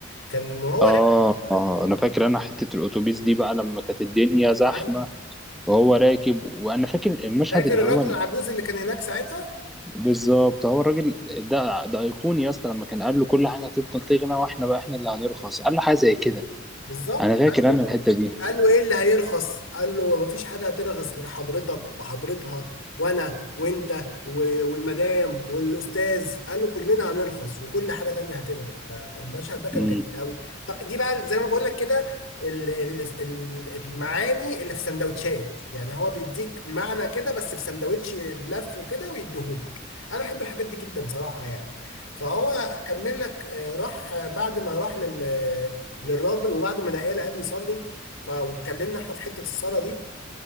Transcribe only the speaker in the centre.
آه آه أنا فاكر أنا حتة الأتوبيس دي بقى لما كانت الدنيا زحمة
وهو راكب وأنا فاكر المشهد
اللي
هو ال-
بالظبط هو الراجل ده ده أيقوني يا اسطى لما كان قال له كل حاجة هتفضل تغلى وإحنا بقى إحنا اللي هنرخص قال له حاجة زي كده
أنا فاكر
أنا بالظبط الحتة دي
امم